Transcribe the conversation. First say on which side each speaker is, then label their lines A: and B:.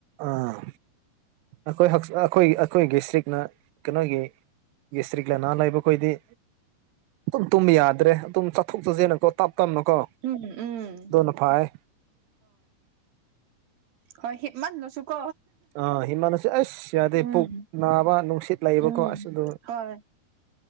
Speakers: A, on the right; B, on the right.
A: ꯑꯥ ꯑꯩꯈꯣꯏ ꯑꯩꯈꯣꯏꯒꯤ ꯑꯩꯈꯣꯏꯒꯤ ꯗꯤꯁꯇ꯭ꯔꯤꯛꯅ ꯀꯩꯅꯣꯒꯤ ꯌꯦꯁꯇ꯭ꯔꯤꯛ ꯂꯅꯥ ꯂꯩꯕꯈꯣꯏꯗꯤ ꯑꯗꯨꯝ ꯇꯨꯝꯕ ꯌꯥꯗ꯭ꯔꯦ ꯑꯗꯨꯝ ꯆꯠꯊꯣꯛ ꯆꯠꯁꯤꯅꯀꯣ ꯇꯞ ꯇꯞꯅꯀꯣ
B: ꯎꯝ ꯎꯝ
A: ꯑꯗꯨꯅ ꯐꯩ
B: ꯍꯣꯏꯃ ꯅꯆꯨꯞ
A: ꯑꯥ ꯏꯃꯥꯟꯅꯁꯨ ꯑꯁ ꯌꯥꯗꯦ
B: ꯎꯝ
A: ꯄꯨꯛ ꯅꯥꯕ ꯅꯨꯡꯁꯤꯠ ꯂꯩꯕꯀꯣ
B: ꯎꯝ
A: ꯑꯁ ꯑꯗꯨ
B: ꯀꯣꯏ